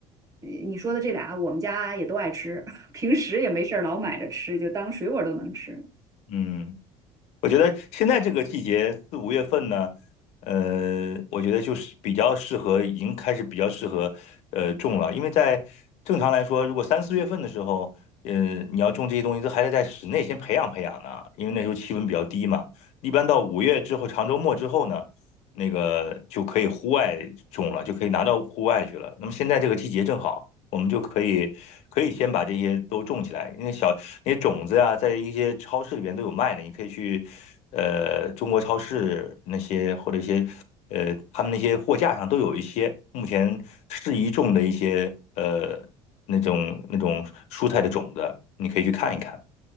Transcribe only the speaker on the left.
嗯。我觉得现在这个季节四五月份呢，呃，我觉得就是比较适合，已经开始比较适合呃种了，因为在正常来说，如果三四月份的时候，呃，你要种这些东西，都还得在室内先培养培养呢，因为那时候气温比较低嘛。一般到五月之后，长周末之后呢，那个就可以户外种了，就可以拿到户外去了。那么现在这个季节正好。我们就可以可以先把这些都种起来，因为小那些种子呀，在一些超市里边都有卖的，你可以去呃中国超市那些或者一些呃他们那些货架上都有一些目前适宜种的一些呃那种那种蔬菜的种子，你可以去看一看。